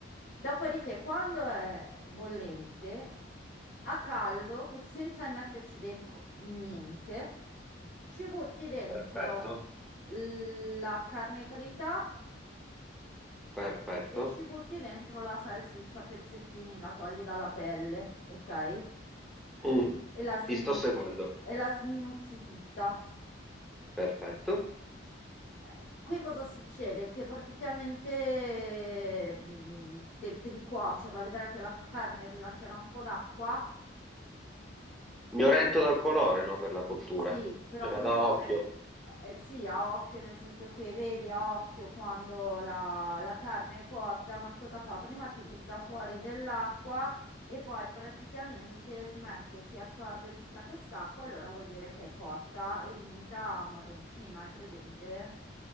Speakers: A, on the left (about 75°); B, in the centre.
A: Dopodiché, quando è bollente, a caldo, co- senza metterci dentro niente, ci butti dentro
B: Perfetto,
A: la carne trita
B: perfetto.
A: e ci butti dentro la salsiccia a pezzettini, la togli dalla pelle, ok?
B: Mm,
A: E la sminuzzi,
B: Ti sto seguendo.
A: e la sminuzzi tutta.
B: Perfetto.
A: Eh, Qui cosa succede? Che praticamente mm, de- devi cuocerla, vedrai che la carne rilascerà un po' d'acqua
B: Mi oriento dal colore, no, per la cottura.
A: Sì, però
B: Cioè,
A: prima,
B: vado a occhio.
A: eh, eh, eh, sì, a occhio, nel senso che vedi a occhio quando la, la carne è cotta, ma cosa fa? Prima ti butta fuori dell'acqua e poi praticamente smette, si assorbe tutta quest'acqua, allora vuol dire che è cotta e diventa marroncina, hai presente?